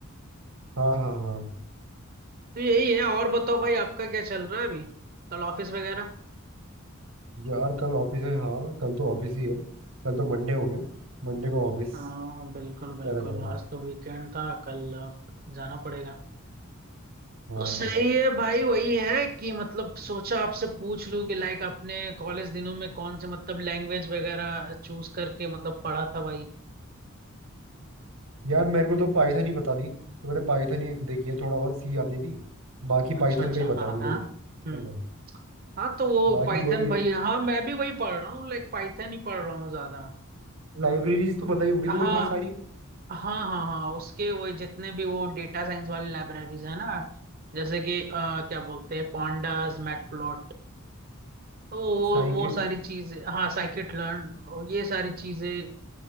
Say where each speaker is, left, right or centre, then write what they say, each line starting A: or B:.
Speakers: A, on the right; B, on the right.
A: हाँ हाँ हाँ
B: तो यही है और बताओ भाई आपका क्या चल रहा है अभी कल ऑफिस वगैरह
A: यार कल ऑफिस है हाँ कल तो ऑफिस ही है कल तो मंडे हो गया मंडे को ऑफिस
B: हाँ बिल्कुल बिल्कुल
A: क्या रहता है
B: आज तो वीकेंड था कल अब जाना पड़ेगा
A: हाँ
B: तो सही है भाई वही है कि मतलब सोचा आपसे पूछ लूं कि लाइक आपने कॉलेज दिनों में कौन से मतलब लैंग्वेज वगैरह चूज करके मतलब पढ़ा था भाई
A: यार मेरे को तो पाइथन ही पता थी तो मैंने पाइथन ही देखी है थोड़ा बहुत सी आती थी बाकी
B: अच्छा
A: पाइथन
B: अच्छा
A: का ही पता
B: हाँ
A: है मुझे
B: हाँ
A: हाँ,
B: हम्म हाँ तो वो
A: बाकी
B: पाइथन
A: वही है
B: भाई हाँ मैं भी वही पढ़ रहा हूँ लाइक पाइथन ही पढ़ रहा हूँ ज्यादा
A: लाइब्रेरीज तो पता ही होंगी
B: हाँ
A: तुम्हें बहुत सारी
B: हाँ हाँ हाँ उसके वो जितने भी वो डेटा साइंस वाली लाइब्रेरीज है ना जैसे कि अ, क्या बोलते हैं पांडास मैटप्लॉट, तो वो
A: साइकिट
B: वो सारी चीजें हाँ साइकिट लर्न और ये सारी चीजें